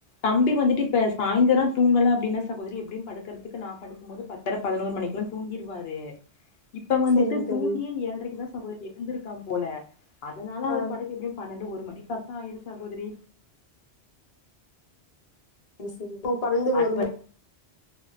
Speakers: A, on the left; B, on the left.
A: தம்பி வந்துட்டு இ இப்போ சாய்ந்தர தூங்கல அப்டின சகோரி எப்டியும் படுக்கறதுக்கு நா படுக்கும் போது பத்தர பதனௌரு மணிக்லா தூங்கிருவாரு இப்ப வந்துட்டு
B: சரிங்க தோழி.
A: தூங்கியே ஏழ்றைக்குதா சகோதரி எழுந்திருக்கா போல அதனால
B: ஆ
A: ஒரு படுக்க எப்டியு பன்னெண்டு ஒரு மணிக் காயிரு சகோதரி
B: செரி இப்போ பனென்டு
A: அது
B: ஒரு